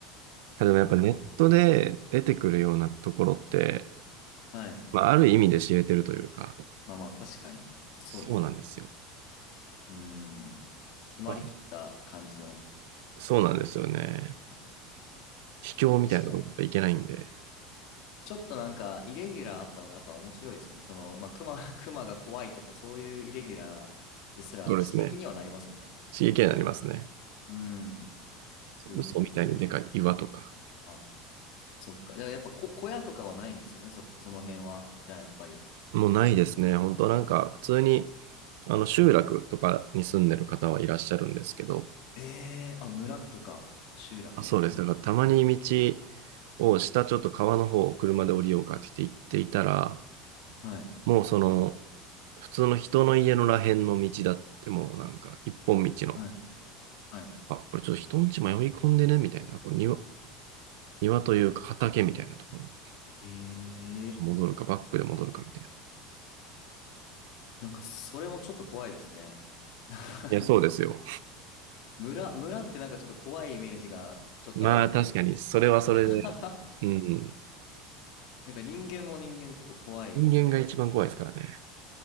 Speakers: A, on the right; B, on the left.
A: ただやっぱネットで出てくるようなところって、
B: はい。
A: まあ、ある意味で知れてるというか、
B: まあまあ、確かに。そうですね。
A: そうなんですよ。
B: うーん。決まりきった感じの。
A: あそうなんですよね。
B: うん。
A: 秘境みたいなところにいけないんで、
B: 確かに。ちょっとなんか、イレギュラーあった方がやっぱ面白いですよね。その、まあ、熊、<laughs> 熊が怖いとか、そういうイレギュラーですら刺激にはなりますもんね。
A: そうですね。刺激になりますね。
B: うん。普通のとこ行くより。
A: 嘘みたいにでかい岩とか。
B: あ、そっか。じゃあやっぱこ小屋とかはないんですよね、そ、その辺は。じゃあやっぱり。
A: もうないですね。本当なんか、普通に、あの、集落とかに住んでる方はいらっしゃるんですけど、
B: えー、あ、村とか集落みたいな。
A: あそうです。だから、たまに道を下ちょっと川の方を車で降りようかって言っていたら、
B: はい、
A: もうその、普通の人の家のらへんの道だって、もうなんか、一本道の、
B: はい、はい。
A: あ、これちょっと人んち迷い込んでね、みたいな。これ庭、庭というか畑みたいなところに
B: えー、
A: 戻るか、バックで戻るかみたいな。
B: なんかそれもちょっと怖いですね。<laughs> あ
A: いや、そうですよ。
B: の、村、村ってなんかちょっと怖いイメージがちょっとあるんで。
A: まあ、確かに、それはそれで、
B: <laughs>
A: うん。
B: なんか人間も人間でちょっと怖いですね。
A: 人間が一番怖いですからね。